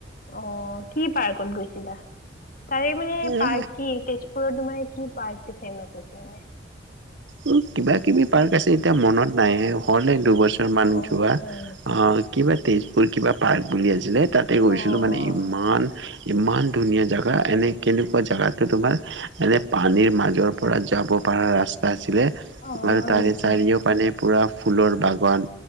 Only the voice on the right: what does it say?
এ
উম, কিবা কিবি পাৰ্ক আছে, এতিয়া মনত নাই, হ'লে দুবছৰ মান
যোৱা।
অ' কিবা তেজপুৰ কিবা পাৰ্ক বুলি আছিলে। তাতে গৈছিলোঁ,
মানে ইমান ইমান ধুনীয়া জেগা, এনে কেনেকুৱা জোগাতো তোমাৰ এনে পানীৰ মাজৰ পৰা যাব পাৰা ৰাস্তা আছিলে
আৰু
তাৰে
চাৰিও পানে পোৰা ফুলৰ বাগান।